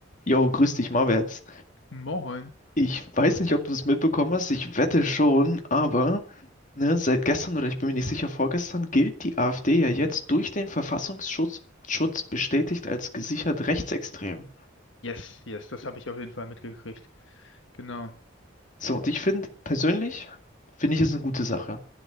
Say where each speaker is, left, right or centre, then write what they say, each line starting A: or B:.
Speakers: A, on the left; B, on the left.
A: Jo, grüß dich, Marwärts.
B: Moin.
A: Ich weiß nicht, ob du es mitbekommen hast, ich wette schon, aber ne, seit gestern oder ich bin mir nicht sicher, vorgestern gilt die AfD ja jetzt durch den Verfassungsschutz Schutz bestätigt als gesichert rechtsextrem.
B: Yes, yes, das habe ich auf jeden Fall mitgekriegt. Genau.
A: So, und ich finde, persönlich finde ich es eine gute Sache.